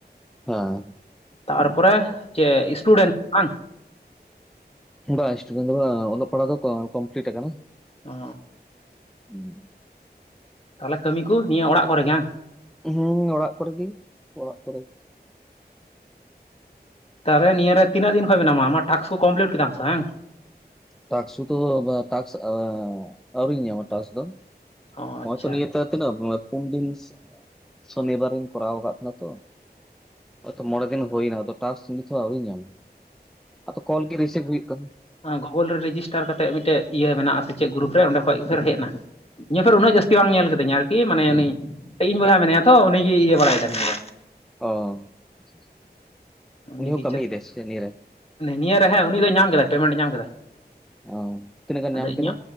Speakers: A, in the centre; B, on the left (about 35°).
A: ᱦᱮᱸ
B: ᱛᱟᱨᱯᱚᱨᱮ ᱡᱮ ᱤᱥᱴᱩᱰᱮᱱᱴ ᱠᱟᱱᱟ ᱵᱟᱝ
A: ᱵᱟ ᱮᱥᱴᱩᱰᱮᱱᱴ ᱵᱟ ᱚᱞᱚᱜ ᱯᱟᱲᱦᱟᱣ ᱫᱚ ᱠᱚᱢᱯᱞᱤᱴ ᱟᱠᱟᱱᱟ ᱠᱟᱱᱟ
B: ᱚ
A: ᱦᱩᱢ
B: ᱛᱟᱦᱚᱞᱮ ᱠᱟᱹᱢᱤ ᱠᱚ ᱱᱤᱭᱟᱹ ᱚᱲᱟᱜ ᱠᱚᱨᱮ ᱜᱮ
A: ᱦᱮᱸ ᱚᱲᱟᱜ ᱠᱚᱨᱮᱜᱤ ᱚᱲᱟᱜ ᱠᱚᱨᱮ
B: ᱛᱟᱦᱚᱞᱮ ᱱᱤᱭᱟᱹ ᱨᱮ ᱛᱤᱱᱟᱹᱜ ᱫᱤᱱ ᱠᱷᱚᱡ ᱢᱮᱱᱟᱢᱟ ᱟᱢᱟᱜ ᱴᱟᱥᱠ ᱠᱚ ᱠᱚᱢᱯᱞᱤᱴ ᱠᱮᱫᱟᱢ ᱥᱮ ᱵᱟᱝ
A: ᱴᱟᱠᱥᱩ ᱫᱚ ᱵᱟ ᱴᱟᱠᱥ ᱟᱹᱣᱨᱤᱧ ᱧᱟᱢᱟ ᱴᱟᱠᱥ ᱫᱚ
B: ᱚ
A: ᱦᱚᱸᱜ-ᱚᱭ
B: ᱟᱪᱪᱷᱟ
A: ᱛᱚ ᱱᱤᱭᱟᱹ ᱛᱚ ᱟᱨ ᱛᱤᱱᱟᱸᱜ <unintelligible> ᱯᱩᱱ ᱫᱤᱱ ᱥᱚᱱᱤᱵᱟᱨᱤᱧ ᱠᱚᱨᱟᱣ ᱟᱠᱟᱫ ᱛᱟᱦᱮᱸᱱᱟ ᱛᱚ ᱚᱭᱛᱚ ᱢᱚᱲᱮ ᱫᱤᱱ ᱦᱚᱭ ᱱᱟ ᱟᱫᱚ ᱴᱟᱥᱠ ᱱᱤᱛ ᱦᱚᱸ ᱟᱹᱣᱨᱤᱧ ᱧᱟᱢᱟ ᱟᱫᱚ ᱠᱚᱞ ᱜᱮ ᱨᱤᱥᱤᱵᱷ ᱦᱩᱭᱩᱜ ᱠᱟᱱᱟ
B: ᱜᱩᱜᱳᱞ ᱨᱮ ᱨᱮᱡᱤᱥᱴᱟᱨ ᱠᱟᱛᱮᱫ ᱢᱤᱫᱴᱮᱡ ᱤᱭᱟᱹ ᱢᱮᱱᱟᱜᱼᱟ ᱥᱮ ᱪᱮᱫ ᱜᱨᱩᱯ ᱨᱮ ᱚᱸᱰᱮ ᱠᱷᱚᱡ ᱯᱷᱮᱨ ᱦᱮᱡ ᱮᱱᱟ ᱤᱧᱟ ᱯᱷᱮᱨ ᱩᱱᱟᱹᱜ ᱡᱟᱹᱥᱛᱤ ᱵᱟᱝ ᱧᱮᱞ ᱠᱮᱫᱟᱹᱧ ᱟᱨᱠᱤ ᱢᱟᱱᱮ ᱩᱱᱤ ᱤᱧ ᱵᱚᱭᱦᱟ ᱢᱮᱱᱟᱭᱟ ᱛᱚ ᱩᱱᱤ ᱜᱮ ᱤᱭᱟᱹ ᱵᱟᱲᱟᱭᱮᱫᱟ <unintelligible>
A: ᱚ <unintelligible>
B: ᱫᱚ ᱩᱱᱤᱜᱮ
A: ᱩᱱᱤ ᱦᱚᱸ ᱠᱟᱹᱢᱤᱭᱮᱫᱟᱭ ᱥᱮ ᱱᱤᱭᱟ ᱨᱮ
B: ᱱᱤᱭᱟᱹ ᱨᱮ ᱦᱮᱸ ᱩᱱᱤ ᱫᱚᱭ ᱧᱟᱢ ᱠᱮᱫᱟᱭ ᱯᱮᱢᱮᱱᱴ ᱧᱟᱢ ᱠᱮᱫᱟᱭ ᱾,
A: ᱚ ᱛᱤᱱᱟᱹᱜ ᱜᱟᱱ
B: ᱟᱫᱚ
A: ᱧᱟᱢ
B: ᱤᱧᱟᱼᱼ
A: ᱠᱮᱫᱟ